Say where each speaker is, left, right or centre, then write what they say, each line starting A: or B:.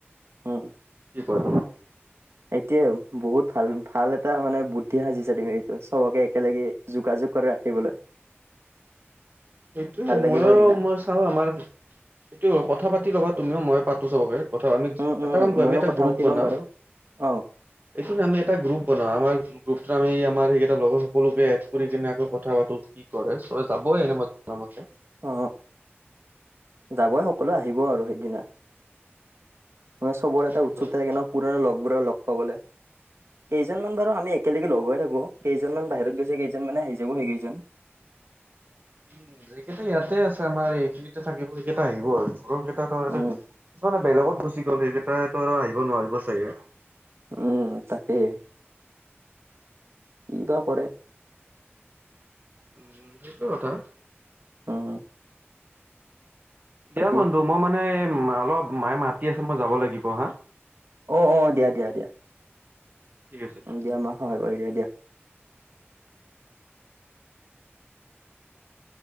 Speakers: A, on the right; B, on the right.
A: উম,
B: কি কোৱা?
A: এতিয়া বহুত ভাল - ভাল এটা মানে বুদ্ধি সাজিছা তুমি এইটো চবকে একেলগে যোগাযোগ কৰি ৰাখিবলৈ।
B: সেইটোয়ে
A: ভাল লাগিব
B: ময়ো
A: সেইদিনা
B: মই চাও আমাৰ এইটো কথা পাতি। ল'বা তুমিও মই পাতো চবকে কথা আমি
A: উম উম
B: এটা কাম কৰ
A: ময়ো
B: আমি এটা
A: কথা
B: গ্ৰুপ
A: পাতি
B: বনাও।
A: ল'ম বাৰু অ
B: দেখোন আমি এটা গ্ৰুপ বনাও আামাৰ। গ্ৰুপো আমি আমাৰ সেইকেইটা লগৰ সকলোকে এড কৰি কিনে আকৌ কথা পাতো কি কৰে চব যাবই এনে নমকে
A: অ, যাবই সকলো আহিব আৰু সেইদিনা। মানে চবৰে
B: ঠিকে
A: এটা উৎসুক
B: ক'লা
A: থাকে
B: তুমি।
A: ন পুৰণা লগবোৰক লগ পাবলে। কেইজনমান বাৰু আমি একেলগে লগ হৈ থাকো কেইজনমান বাহিৰত গৈছে কেইজন মানে আহি যাব সেইকেইজন <inaudible>
B: উম, য কেইটা ইয়াতে আছে আমাৰ এইখিনিতে থাকিব সেইকেইটা আহিব আৰু। সৰুৰ কেইটো এ
A: উম,
B: কিছুমানে বেলেগত গুচি গ'ল সেইকেইটটো আৰু আহিব নোৱাৰিব চাগে।
A: উম, তাকে কি বা কৰে?
B: উম, সেইটো কথা।
A: উম,
B: দিয়া
A: বাকী
B: বন্ধু মই মানে অলপ মায়ে মাতি আছে মই যাব লাগিব হা।
A: অ- অ দিয়া- দিয়া - দিয়া।
B: ঠিক আছে।
A: উম, দিয়া মমাক সহায় কৰি দিয়া - দিয়া।